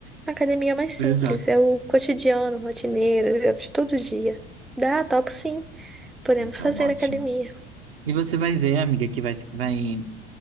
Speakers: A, in the centre; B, on the right.
A: A academia é mais simples,
B: Exato.
A: é o cotidiano, rotineiro, é de todo dia. Dá, topo sim. Podemos
B: Então,
A: fazer
B: ótimo.
A: academia.
B: E você vai ver, amiga, que vai, vai.